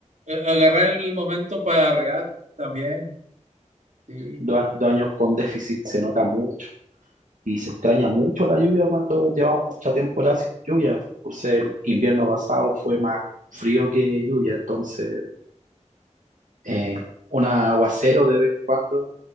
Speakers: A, on the right; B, on the right.
A: eh, agarrar el momento para regar también. Sí,
B: dos, a- dos años con déficit se nota mucho y se extraña mucho la lluvia cuando llevamos mucha temporada sin lluvia, por ser invierno pasado fue más frío que lluvia, entonces eh, un aguacero de vez en cuando